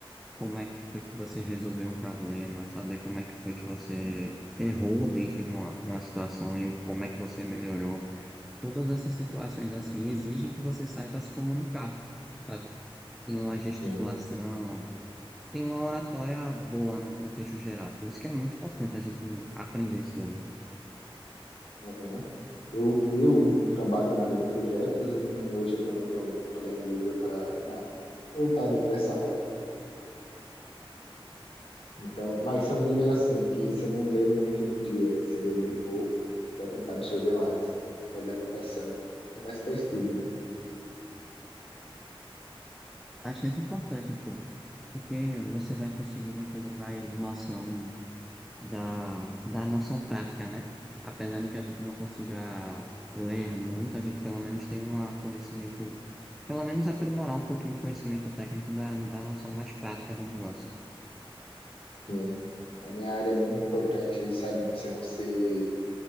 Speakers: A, in the centre; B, on the left.
A: como é que foi que você resolveu um problema, saber como é que foi que você errou dentro de uma, uma situação e como é que você melhorou. Todas essas situações assim exigem que você saiba se comunicar, sabe? Tem uma gesticulação,
B: Sim.
A: tem uma oratória boa no contexto geral. Por isso que é muito importante a gente aprender sobre.
B: Aham. Eu, eu trabalho na área de projetos, então hoje eu também estou lendo livro para voltado para essa área Então, mas são livros assim, que você não lê muito no dia, você lê bem pouco, para tentar absorver mais, fazer anotação. É mais para estudo, né?
A: Bastante importante, pô. Porque você vai conseguindo tendo mais noção da, da noção prática, né? Apesar de que a gente não consiga ler muito, a gente pelo menos tem um conhecimento, pelo menos aprimorar um pouquinho o conhecimento técnico da, da noção mais prática do negócio.
B: Sim. Na minha área é muito importante, sabe, você não ser,